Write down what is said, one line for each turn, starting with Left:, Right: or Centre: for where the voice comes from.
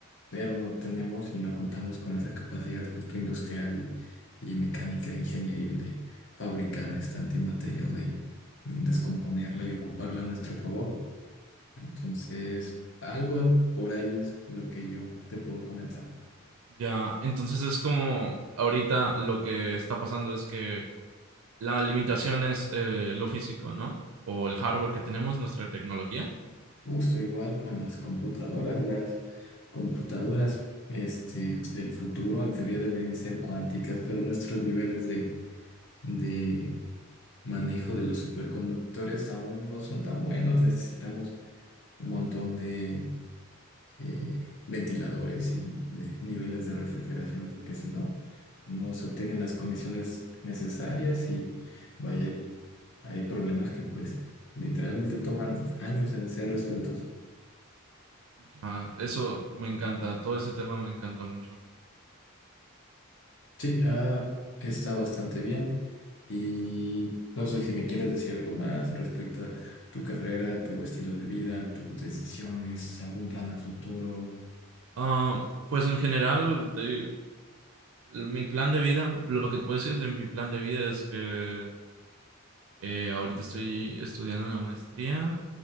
Left: pero no tenemos y no contamos con esa capacidad justo industrial y, y mecánica, ingenieril de fabricar esta antimateria o de mm, descomponerla y ocuparla a nuestro favor. Entonces, algo por ahí es lo que yo te puedo comentar.
Right: Ya. Entonces es como ahorita lo que está pasando es que la limitación es eh, lo físico, ¿no? O el hardware que tenemos, nuestra tecnología.
Left: Justo igual con las computadoras, las computadoras este, del futuro en teoría deberían ser cuánticas, pero nuestros niveles de, de manejo de los superconductores aún no son tan buenos. Necesitamos un montón de eh, ventiladores y de niveles de refrigeración, porque si no, no se obtienen las condiciones necesarias y vaya Hay problemas que pues literalmente toman años en ser resueltos.
Right: Ya, eso me encanta, todo ese tema me encanta mucho.
Left: Sí, ah, está bastante bien. Y no sé si me quieres decir algo más respecto a tu carrera, tu estilo de vida, tus decisiones, algún plan a futuro.
Right: Ah, pues en general, te- Mi plan de vida, lo que te puedo decir de mi plan de vida es que eh, ahorita estoy estudiando una maestría,